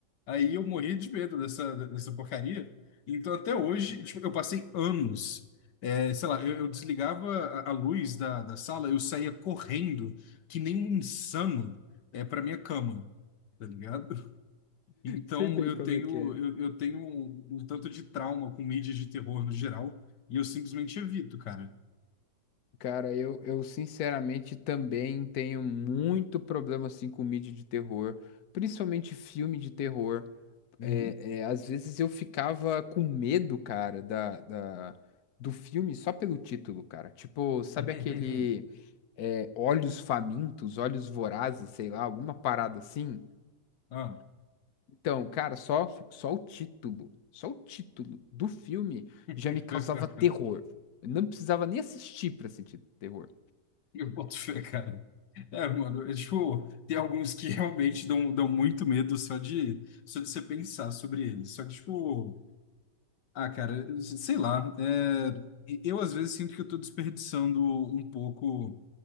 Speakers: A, on the left; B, on the left.
A: Aí eu morri de medo dessa, dessa porcaria. Então, até hoje, tipo, eu passei anos. É, sei lá, eu, eu desligava a, a luz da, da sala, eu saía correndo, que nem um insano, é, para minha cama, tá ligado? Então,
B: Sei bem
A: eu
B: como
A: tenho,
B: é que é.
A: eu, eu tenho um, um tanto de trauma com mídias de terror no geral, e eu simplesmente evito, cara.
B: Cara, eu, eu sinceramente também tenho muito problema assim com mídia de terror, principalmente filme de terror.
A: Uhum.
B: É, é, às vezes eu ficava com medo, cara, da, da- do filme só pelo título, cara. Tipo, sabe
A: <laughs>
B: aquele é, Olhos Famintos, Olhos Vorazes, sei lá, alguma parada assim?
A: Ah.
B: Então, cara, só, só o título, só o título do filme
A: <laughs>
B: já me causava terror. Eu não precisava nem assistir pra sentir terror.
A: Eu boto fé, cara. É, mano, é, tipo, tem alguns que realmente dão, dão muito medo só de, só de você pensar sobre eles. Só que, tipo, ah, cara, sei lá. é, eu às vezes sinto que eu tô desperdiçando um pouco